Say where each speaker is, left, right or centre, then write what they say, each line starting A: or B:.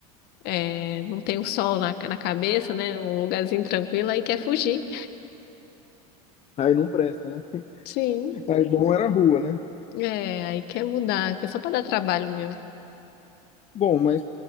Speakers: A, on the left; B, on the left.
A: é, não tem o sol na, na cabeça, né? Um lugarzinho tranquilo, aí quer fugir.
B: Aí não presta, né?
A: Sim,
B: Aí bom era a rua, né?
A: é, aí quer mudar, que é só pra dar trabalho mesmo.
B: Bom, mas